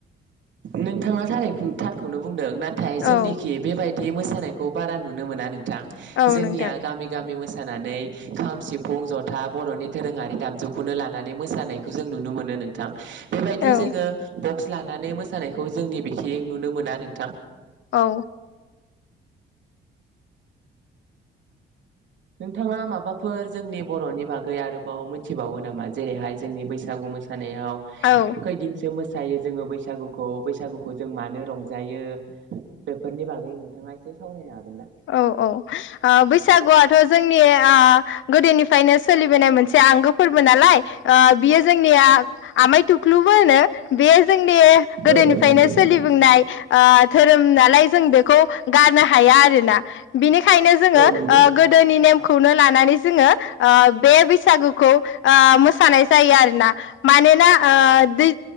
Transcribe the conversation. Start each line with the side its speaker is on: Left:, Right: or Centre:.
Right: नोंथाङा थार थारखौनो बुंदों ना नाथाय जोंनिखि
Left: औ
Right: बेबायदि मोसानाय खौ बारा नुनो मोना नों थां‌
Left: औ
Right: जोंनिया
Left: नोंथां
Right: गामि गामि मोसा मोसानानै खाम सिफुं जथा बर'नि दोरोङारि दामजुखौनो लानानै मोसानायखौ जों नुनो मोनो नोंथां बेबायदि
Left: औ
Right: जोङो बक्स लानानै मो खौ जोंनि बेखै नुनो मोना नोंथां
Left: औ
Right: नोंथाङा माबाफोर जोंनि बर'नि बागै आरोबाव मोन मिथिबावो नामा जेरैहाय जोंनि बैसागु‌ मोसानाय नायाव‌
Left: औ
Right: खैदिनसो मोसा मोसायो जोङो बैसागुखौ बैसागुखौ जों मानो रंजायो बेफोरनि बागै नोंथाङा एसे सावरायनो हागोन ना?
Left: औ औ ओ बैसागुआथ' जोंनि ओ गोदोनिफ्रायनो सोलिबोनाय मोनसे आंगो फोरबो नालाय ओ बियो जोंनिया आमाय थुख्लुबो होनो बेयो जोंनि
Right: औ
Left: गोदोनिफ्रायनो
Right: औ नंगौ
Left: ओ
Right: नोंथां।
Left: सोलिबनाय धोरोम नालाय जों बेखौ गारनो हाया आरो ना बिनि बिनिखायनो जोङो
Right: औ नंगौ
Left: गोदोनि नेम खौनो लानानै जोङो ओ बे बैसागुखौ ओ मोसानाय जायो आरोना मानोना ओ दै